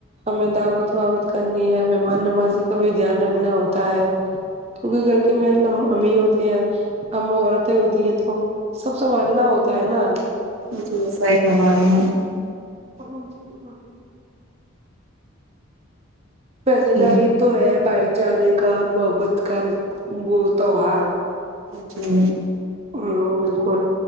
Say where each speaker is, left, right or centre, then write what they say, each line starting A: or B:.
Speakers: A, on the right (about 30°); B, on the right (about 70°).
A: ہمیں دعوت وعوت کرنی ہے مہمان نوازی کا بھی دھیان رکھنا ہوتا ہے کیوکہ گھر کے مین امیھی ہوتے ہیں ہم عورتیں ہوتی ہیں تو سب سنبھالنا ہوتا ہے نا
B: جی جی صحیح فرما رہی ہیں
A: <unintelligible> پیس
B: جی
A: نہ ہی تو ہے بھائی چارے کا اور محبت کا وہ تیوہار
B: جی
A: ہم بالکل